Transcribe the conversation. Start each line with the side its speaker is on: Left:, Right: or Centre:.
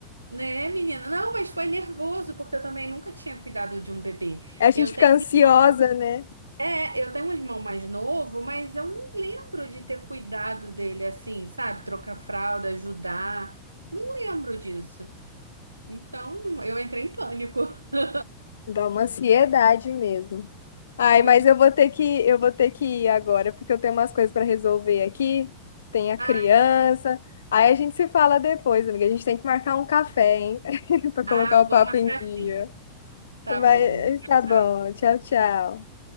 Right: Né, menina? Não, mas foi nervoso, porque eu também nunca tinha cuidado de um bebê.
Left: A gente
Right: Eu
Left: fica
Right: tenho um
Left: ansiosa,
Right: irmão mais...
Left: né?
Right: É, eu tenho um irmão mais novo, mas eu não lembro de ter cuidado dele assim, sabe? Trocar fralda, ajudar. Não lembro disso. Então, eu entrei em pânico. <laughs>
Left: Dá uma ansiedade mesmo. Ai,
Right: Pois...
Left: mas eu vou ter que, eu vou ter que ir agora, porque eu tenho umas coisas para resolver aqui. Tem a
Right: Ah,
Left: criança.
Right: então tá bom.
Left: Aí a gente se fala depois, amiga. A gente tem que marcar um café, hein? <laughs> Para colocar
Right: Ah,
Left: o
Right: vamos
Left: papo
Right: marcar
Left: em dia.
Right: sim. Tá
Left: Mas
Right: bom. Tchau,
Left: tá
Right: tchau.
Left: bom. Tchau, tchau.